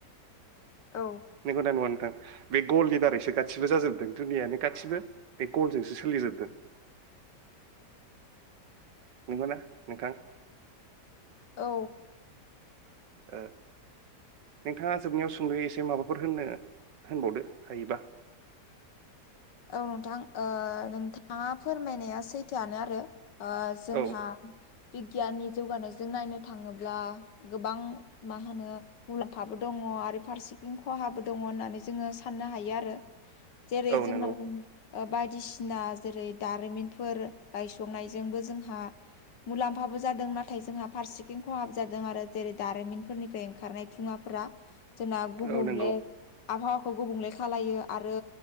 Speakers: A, on the left; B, on the right.
A: औ
B: नंगौ ना नङा नोंथां? बे गलनि दारैसो गासिबो जाजोबदों दुनियायानो गासैबो बे गलजोंसो सोलिजोबदों नंगौ ना नोंथां?
A: औ
B: ओ नोंथाङा जोबनायाव सुंद' एसे माबाफोर होननो होनबावदो हायोबा
A: औ नोंथां ओ नोंथाङा फोरमायनाया सैथोआनो आरो ओ जोंहा
B: औ
A: बिगियाननि जौगानायजों नायनो थाङोब्ला गोबां मा होनो मुलाम्फाबो दङ आरो फारसेथिं खहाबो दङ होननानै जोङो साननो हायो आरो जे
B: औ
A: जों <unintelligible>
B: नंगौ
A: ओ बायदिसिना जेरै दारिमिनफोर गायसंनायजोंबो जोंहा मुलाम्फाबो जादों नाथाय जोंहा फारसेथिं खहाबो जादों आरो जेरै दारिमिनफोरनिफ्राय ओंखारनाय थुङाफोरा जोंना गुबुंले
B: औ नंगौ
A: आबहावाखौ गुबुंले खालायो आरो